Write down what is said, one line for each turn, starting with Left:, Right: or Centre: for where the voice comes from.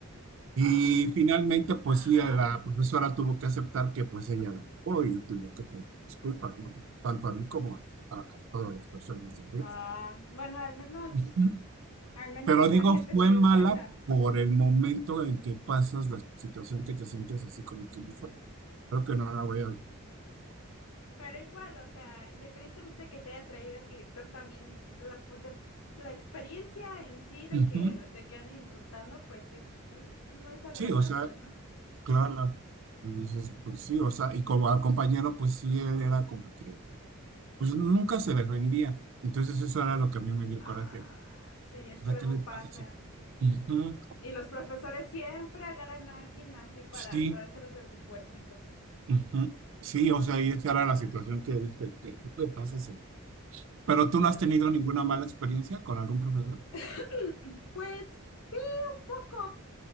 Right: Y
Left: Ah,
Right: finalmente, pues
Left: ajá.
Right: sí, la profesora tuvo que aceptar que pues ella lo fue y tuvo que pedir disculpas, ¿no? Tanto a mí como a, a todas las personas del grupo.
Left: Ah, bueno, al menos,
Right: <laughs>
Left: al menos
Right: Pero digo,
Left: la gente
Right: fue
Left: se dio
Right: mala
Left: cuenta.
Right: por el momento en que pasas la situación que te sientes así como que fue. Creo que no la voy a...
Left: Pero igual, o sea, independientemente de que te haya traído el director, también la, por- de- la experiencia en sí de
Right: Ujú.
Left: que, de que anden insultando, pues sí es, es- no es agradable,
Right: Sí, o sea,
Left: ¿no?
Right: claro. Entonces, pues sí, o sea, y como al compañero, pues sí, él era como que, pues nunca se defendía. Entonces eso era lo que a mí me dio
Left: Ah,
Right: coraje.
Left: sí, es que
Right: O sea,
Left: luego
Right: ¿qué le
Left: pasa.
Right: pasa? Sí, Ujú,
Left: Y los profesores siempre agarran a alguien así para
Right: sí,
Left: traérselos en su puerquito.
Right: ujú. Sí,
Left: No,
Right: o sea, y esa
Left: qué más.
Right: era la situación que dije, ¿qué qué le pasa? Sí. Pero
Left: Ya
Right: tú no has tenido
Left: ve.
Right: ninguna mala experiencia con algún profesor.
Left: <clears throat> Pues sí, un poco.